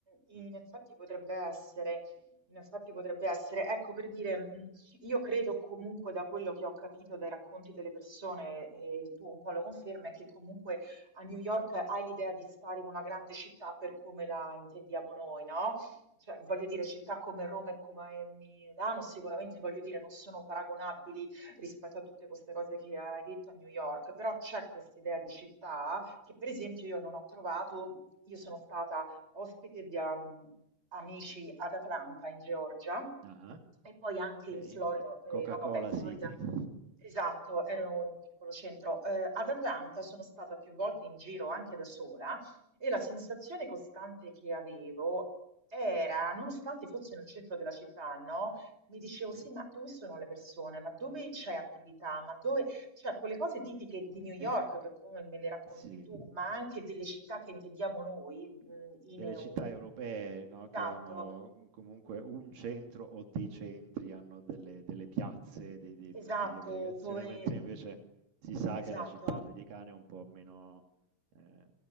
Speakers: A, on the right (about 15°); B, on the right (about 75°).
A: in
B: Mm.
A: effetti potrebbe essere, in effetti potrebbe essere. Ecco, per dire, mh, io credo comunque da quello che ho capito dai racconti delle persone, e il tuo un po' lo conferma, è che comunque a New York hai l'idea di stare in una grande città per come la intendiamo noi, no? Cioè, voglio dire, città come Roma e come Milano sicuramente, voglio dire, non sono paragonabili rispetto a tutte queste cose che hai detto a New York, però c'è questa idea di città che per esempio io non ho trovato, io sono stata ospite di am- amici ad Atlanta in Georgia
B: Ah,
A: e poi anche
B: ok,
A: in Florida,
B: la
A: eh,
B: Coca-Cola
A: no, vabbè, in Florida,
B: City. <laughs>
A: esatto, ero in un piccolo centro. Eh, ad Atlanta sono stata più volte in giro anche da sola e la sensazione costante che avevo era, nonostante fosse nel centro della città, no? Mi dicevo,
B: Mhm.
A: sì, ma dove sono le persone? Ma dove c'è attività? Ma dove... Cioè, quelle cose tipiche di New York,
B: E
A: per come me le racconti
B: sì.
A: tu, ma anche delle città che intendiamo noi, mh, in
B: Delle
A: EU.
B: città europee, no,
A: Esatto.
B: che hanno, mhmm, comunque un centro o dei centri, hanno delle delle piazze, dei dei
A: Esatto,
B: punti di aggregazione,
A: dove
B: mentre invece si sa che
A: Esatto.
B: la città americana è un po' meno, ehm,